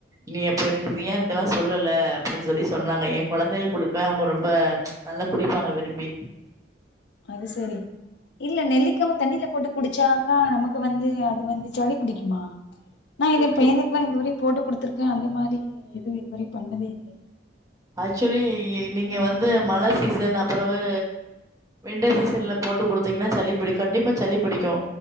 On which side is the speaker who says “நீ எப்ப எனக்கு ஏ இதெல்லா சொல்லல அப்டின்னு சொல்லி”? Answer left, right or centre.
Right